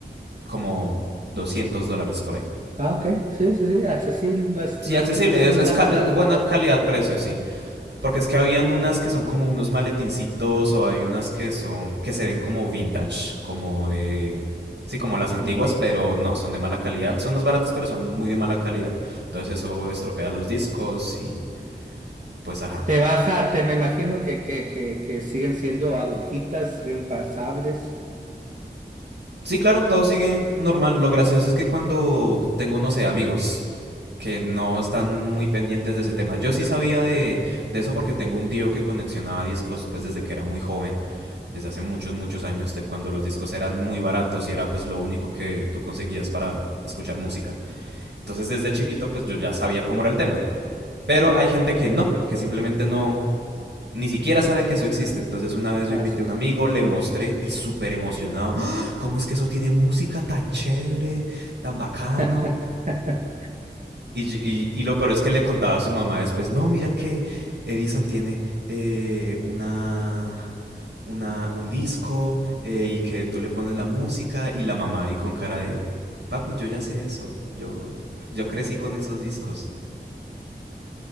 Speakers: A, on the right; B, on the right.
A: como 200 dólares por ahí.
B: Ah, ok. Sí, sí, sí, accesible. No es,
A: Sí,
B: no
A: accesible,
B: es, no es un
A: es, es
B: gasto
A: cal-
B: tan
A: es
B: oneroso.
A: buena calidad-precio, sí. Porque es que habían unas que son como unos maletincitos o hay unas que son que se ven como vintage, como de sí, como las antiguas,
B: Ujú.
A: pero no, son de mala calidad, son más baratas pero son muy de mala calidad. Entonces eso estropea los discos y pues ajá.
B: Te baja, te me imagino que, que, que, que siguen siendo agujitas reemplazables.
A: Sí, claro, todo sigue normal. Lo gracioso es que cuando tengo, no sé, amigos que no están muy pendientes de ese tema. Yo sí sabía de, de eso porque tengo un tío que coleccionaba discos pues desde que era muy joven, desde hace muchos, muchos años, de cuando los discos eran muy baratos y era pues lo único que tú conseguías para escuchar música. Entonces desde chiquito pues yo ya sabía cómo era el tema. Pero hay gente que no, que simplemente no, ni siquiera sabe que eso existe. Entonces una vez yo
B: Así
A: invité a un
B: es.
A: amigo, le mostré y súper emocionado. ¡Ah! ¿Cómo es que eso tiene música tan chévere, tan bacano?
B: <laughs>
A: Y, y, y lo peor es que le contaba a su mamá después, no, mira que Edison tiene eh, una, una, un disco eh, y que tú le pones la música y la mamá ahí con cara de, papi, yo ya sé eso, yo, yo crecí con esos discos.